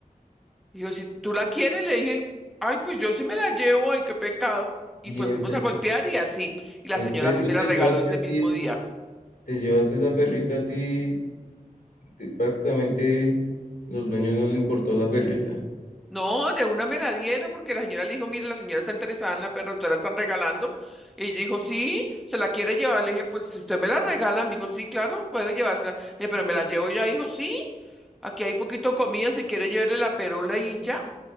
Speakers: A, in the centre; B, on the left.
A: Dijo, si tú la quieres, le dije, ay, pues yo sí me la llevo, ay, qué pecado.
B: ¿Y
A: Y pues
B: en,
A: fuimos
B: se-
A: a golpear y así. Y la
B: en
A: señora
B: serio
A: sí me
B: te
A: la regaló
B: llevaste
A: ese
B: así,
A: mismo
B: el-
A: día.
B: te llevaste esa perrita así? te- prácticamente los dueños no le importó la perrita.
A: No, de una me la dieron porque la señora le dijo, mire, la señora está interesada en la perra, usted la están regalando. Y dijo, sí, se la quiere llevar. Le dije, pues si usted me la regala, me dijo, sí, claro, puedo llevársela. Le dije, pero me la llevo ya, dijo, sí, aquí hay poquito de comida, si quiere llevarle la perola y ya.